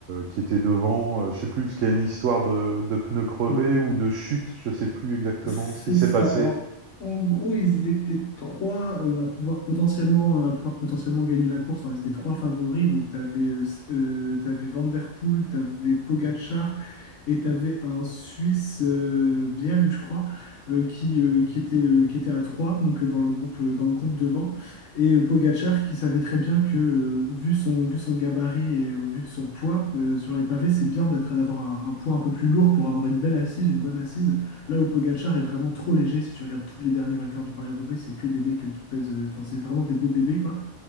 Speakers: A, on the right; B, on the left.
A: qui était devant? Heu, je sais plus, parce qu'il y a une histoire de de pneus crevés
B: Mm, mm,
A: ou
B: mm.
A: de chute, je sais plus exactement
B: C'est
A: ce qui s'est
B: ça.
A: passé.
B: Alors, en gros, ils étaient trois euh, à pouvoir potentiellement, euh, à pouvoir potentiellement gagner la course. Enfin, ils étaient trois favoris. Donc, tu avais, Van der Poel, tu avais Pogacar et tu avais un Suisse, euh, Bjerg, je crois, euh, qui, euh, qui était, euh, qui était à trois, donc euh, dans le groupe, euh, dans le groupe devant. Et euh, Pogacar qui savait très bien que, euh, vu son, vu son gabarit et au vu de son poids euh, sur les pavés, c'est bien d'être, d'avoir un un poids un peu plus lourd pour avoir une belle assise, une bonne assise. Là où Pogacar est vraiment trop léger, si tu regardes tous les derniers vainqueurs du Paris-Roubaix, c'est que des mecs euh, qui pèsent, euh, enfin c'est vraiment des beaux bébés quoi.